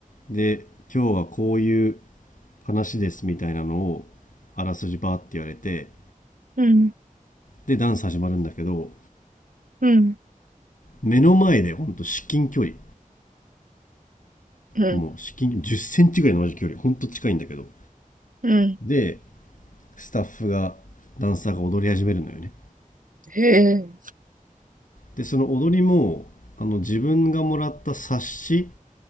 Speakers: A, on the left; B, on the right.
A: で今日はこういう話ですみたいなのをあらすじバーって言われて
B: うん。
A: でダンス始まるんだけど
B: うん。
A: 目の前でほんと至近距離
B: うん。
A: もう至近1 0ンチぐらいの同じ距離ほんと近いんだけど
B: うん。
A: でスタッフがダンサーが踊り始めるのよね
B: へえ。
A: でその踊りもあの自分がもらった冊子